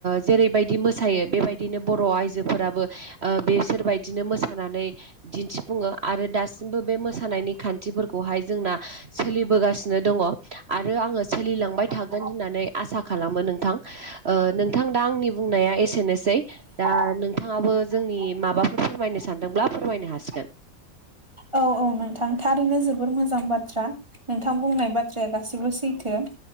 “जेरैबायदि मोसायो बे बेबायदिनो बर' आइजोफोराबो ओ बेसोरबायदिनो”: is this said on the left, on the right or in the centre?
Right